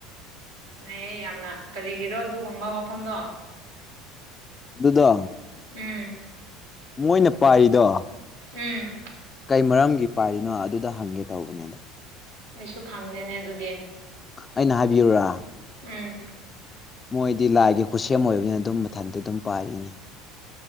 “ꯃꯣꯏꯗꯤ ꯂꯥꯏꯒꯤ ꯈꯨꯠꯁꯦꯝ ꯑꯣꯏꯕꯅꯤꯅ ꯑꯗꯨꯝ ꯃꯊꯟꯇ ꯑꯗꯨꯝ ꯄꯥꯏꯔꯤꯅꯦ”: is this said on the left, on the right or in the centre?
Left